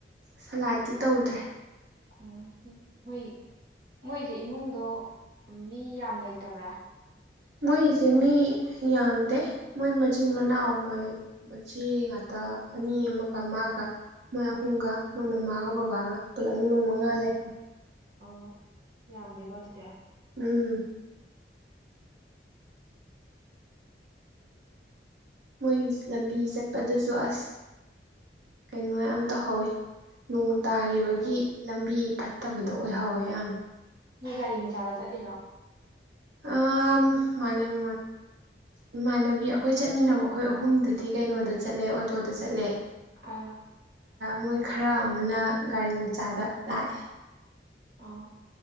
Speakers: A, on the right (about 90°); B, on the right (about 60°).
A: ꯁꯥꯂꯥꯠꯇꯤ ꯇꯧꯗ꯭ꯔꯦ
B: ꯎ ꯃꯣꯏ ꯃꯣꯏꯁꯦ ꯏꯃꯨꯡꯗꯣ ꯃꯤ ꯌꯥꯝ ꯂꯩꯇꯕ꯭ꯔꯥ
A: ꯃꯣꯏꯖꯦ ꯃꯤ ꯌꯥꯝꯗꯦ ꯃꯣꯏ ꯃꯥꯆꯤꯟ ꯃꯅꯥꯎ ꯃꯣꯏ ꯃꯆꯦ ꯉꯥꯛꯇ ꯑꯅꯤ ꯑꯃꯒ ꯃꯥꯒ ꯃꯣꯏ ꯑꯍꯨꯝꯒ ꯃꯣꯏ ꯃꯃꯥꯒ ꯕꯕꯥꯒ ꯄꯨꯜꯂꯛꯢ ꯃꫭꯏ ꯃꯉꯥ ꯂꯩꯍꯧꯋꯦ
B: ꯑꯣ ꯌꯥꯝꯗꯦꯀꯣ ꯑꯗꯨꯗꯤ
A: ꯎꯝ ꯃꯣꯏꯒꯤ ꯂꯝꯕꯤ ꯆꯠꯄꯗꯨꯁꯨ ꯑꯁ ꯀꯩꯅꯣ ꯌꯥꯝ ꯇꯧꯍꯧꯋꯤ ꯅꯣꯡ ꯇꯥꯈꯤꯕꯒꯤ
B: ꯑꯗꯣ
A: ꯂꯝꯕꯤ ꯐꯠꯇꯕꯥꯗꯣ ꯑꯣꯏꯍꯧꯋꯦ ꯌꯥꯝ
B: ꯅꯣꯏ ꯒꯥꯔꯤ ꯃꯆꯥꯗ ꯆꯠꯂꯤꯔꯣ
A: ꯑ ꯃꯥꯂꯦꯝ ꯏꯃꯥꯟꯅꯕꯤ ꯑꯩꯈꯣꯏ ꯆꯠꯃꯤꯟꯅꯕ ꯑꯩꯈꯣꯏ ꯑꯍꯨꯝꯗꯨꯗꯤ ꯀꯩꯅꯣꯗ ꯆꯠꯂꯦ ꯑꯣꯇꯣꯗ ꯆꯠꯂꯦ
B: ꯑꯥ
A: ꯃꯣꯏ ꯈꯔ ꯑꯃꯅ ꯒꯥꯔꯤ ꯃꯆꯥꯗ ꯂꯥꯛꯑꯦ
B: ꯑꯥ